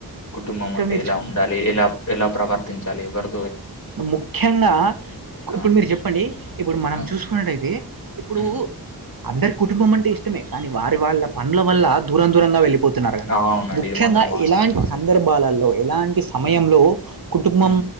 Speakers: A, on the left; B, on the right.
A: కుటుంబం
B: ఇంకా
A: అంటే
B: మీరు
A: ఎలా
B: చూ
A: ఉండాలి ఎలా ఎలా ప్రవర్తించాలి ఎవరు
B: ముఖ్యంగా ఇప్పుడు
A: ఆ
B: మీరు చెప్పండి ఇప్పుడు మనం
A: ఆ
B: చూసుకున్నట్టయితే ఇప్పుడు
A: ఉమ్
B: అందరికి కుటుంబం అంటే ఇష్టమే కానీ వారి వాళ్ళ పన్ల వల్ల దూరం దూరంగా వెళ్ళిపోతుంది తున్నారు కదా
A: ఆ, అవునండి
B: ముఖ్యంగా
A: ఇది మాత్రం వాస్తవం
B: ఇలాంటి
A: అండి
B: సందర్భాలలో ఇలాంటి సమయంలో
A: ఉమ్
B: కుటుంబం
A: ఉమ్